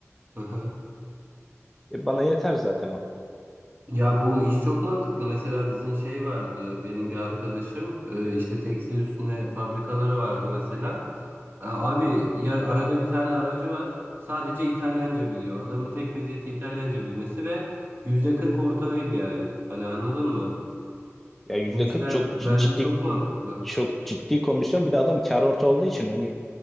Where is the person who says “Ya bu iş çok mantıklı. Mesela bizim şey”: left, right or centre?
Right